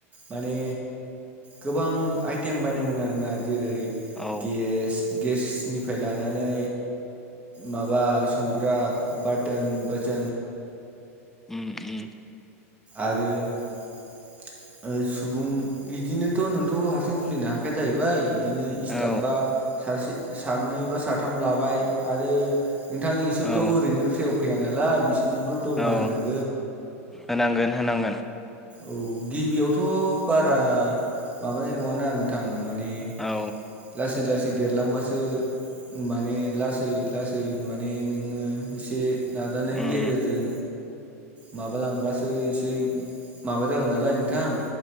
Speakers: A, on the right (about 15°); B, in the centre.
A: माने गोबां आइटेम बायनांगोन आरोना। जेरै
B: औ
A: गेस गेसनिफ्राय लानानै माबा संग्रा बारथोन बोसोन
B: उम उम।
A: आरो सुबुं बिदिनो नोंथ' हारसिं खुलिनो हाखाया जाहैबाय बिदिनो सटाफ
B: औ
A: बा सासे सानै बा साथाम लाबाय आरो नोंथां इसोरथ'
B: औ
A: ओरैनो फ्रियाव फैयानालाय बिसनोबोथ' दरमा
B: औ
A: होनांगौ
B: होनांगोन होनांगोन।
A: औ गिबियावथ' बारा माबानाय नङाना नोंथां। माने
B: औ।
A: लासै लासै देरलांबासो माने लासै लासै माने नोङो एसे नाजानायनि
B: उम
A: गेजेरजों माबालांबासो एसे। माबा जागोन नालाय नोंथां।